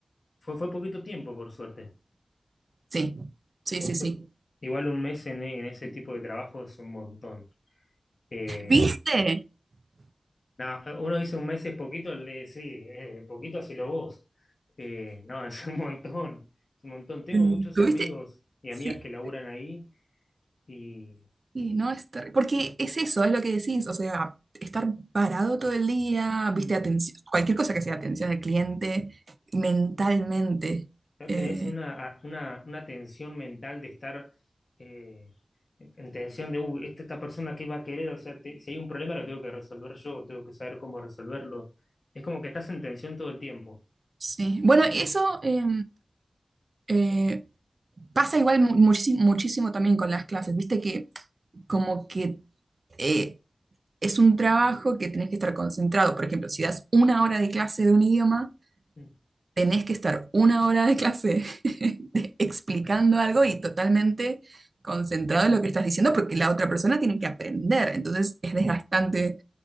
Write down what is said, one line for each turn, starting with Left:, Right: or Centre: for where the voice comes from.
Left: Fue, fue poquito tiempo, por suerte.
Right: Sí, sí,
Left: Por
Right: sí,
Left: suerte.
Right: sí.
Left: Igual un mes en, en ese tipo de trabajo es un montón. Eh,
Right: ¿Viste?
Left: nada, uno dice un mes es poquito, le- sí, eh, poquito hacelo vos. Eh, no, <laughs> es un montón, es un montón. Tengo
Right: Mm,
Left: muchos
Right: ¿Tuviste?
Left: amigos y amigas
Right: Sí.
Left: que laburan ahí y...
Right: Sí, no es terri- Porque es eso, es lo que decís, o sea, estar parado todo el día, viste,
Left: mm,
Right: atención, cualquier cosa que sea atención al cliente, mentalmente.
Left: No
Right: eh,
Left: tenés una, a- una, una tensión mental de estar eh, en tensión de, "Uy, esta, esta persona qué va a querer, o sea, te- si hay un problema lo tengo que resolver yo, tengo que saber cómo resolverlo. Es como que estás en tensión todo el tiempo.
Right: sí. Bueno, eso eh, eh, pasa igual muchísimo, muchísimo también con las clases, viste que como que eh, es un trabajo que tenés que estar concentrado. Por ejemplo, si das una hora de clase de un idioma,
Left: Mm,
Right: tenés que estar una hora de clase <laughs> de- explicando algo y totalmente concentrado en lo que estás diciendo porque la otra persona tiene que aprender, entonces es desgastante.